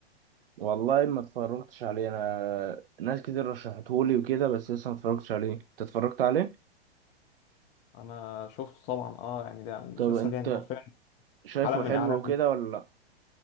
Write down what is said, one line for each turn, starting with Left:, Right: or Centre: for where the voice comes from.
Right: والله ما اتفرجتش عليه انا ناس كتير رشحتهولي وكده بس لسه ما اتفرجتش عليه انت اتفرجت عليه
Left: انا شفته طبعا اه يعني ده مسلسل
Right: طب انت
Left: يعني حرفيا
Right: شايفه
Left: عالم من
Right: حلو
Left: اعلام
Right: وكده ولا لا